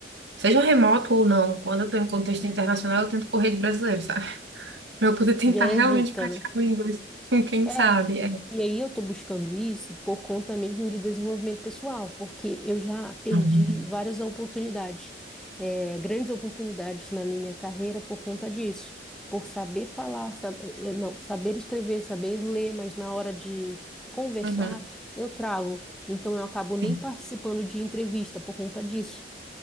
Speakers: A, on the right; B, in the centre.
A: seja remoto ou não, quando eu estou em contexto internacional, eu tento correr de brasileiro, sabe? <laughs> Para eu poder tentar
B: Já
A: realmente
B: evita,
A: praticar
B: né?
A: o inglês com quem
B: É,
A: sabe. É.
B: e aí eu tô buscando isso por conta mesmo de desenvolvimento pessoal, porque eu já perdi
A: Uhum.
B: várias oportunidades, é, grandes oportunidades na minha carreira por conta disso, por saber falar, sab- eh, não, saber escrever, saber ler, mas na hora de conversar
A: Uhum.
B: eu travo, então eu acabo nem
A: Sim,
B: participando de entrevista por conta disso.